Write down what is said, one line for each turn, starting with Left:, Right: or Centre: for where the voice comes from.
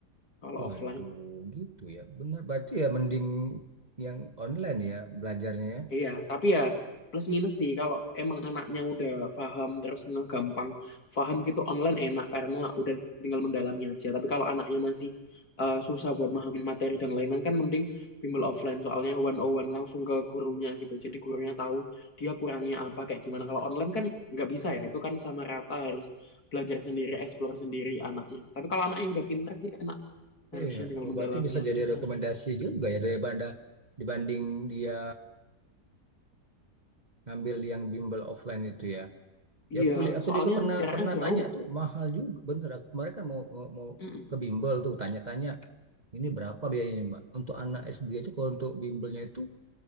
Left: kalau
Right: Waduh,
Left: offline
Right: gitu ya. Benar, berarti ya mending yang online ya belajarnya. ya.
Left: Iya, tapi ya plus minus sih kalau emang anaknya udah paham terus ngegampang paham gitu online enak karena udah tinggal mendalami aja. Tapi kalau anaknya masih eh, susah buat memahami materi dan lain-lain kan mending bimbel offline soalnya one on one langsung ke gurunya gitu. Jadi gurunya tahu dia kurangnya apa kayak gimana. Kalau online kan nggak bisa ya, itu kan sama rata harus belajar sendiri, explore sendiri anaknya. Tapi kalau anaknya udah pintar sih enak, harusnya
Right: Iya,
Left: tinggal
Right: oh,
Left: mendalami
Right: berarti bisa
Left: aja.
Right: jadi rekomendasi
Left: aja.
Right: juga ya daripada dibanding dia ngambil yang bimbel offline itu ya.
Left: Iya,
Right: Ya kuliah aku
Left: soalnya
Right: juga pernah
Left: jaraknya
Right: pernah
Left: jauh.
Right: tanya tuh mahal juga bener. Aku- Mereka mau mau, mau
Left: Mm-mm.
Right: ke bimbel tuh tanya-tanya ini berapa biayanya Mbak? Untuk anak SD aja kalau untuk bimbelnya itu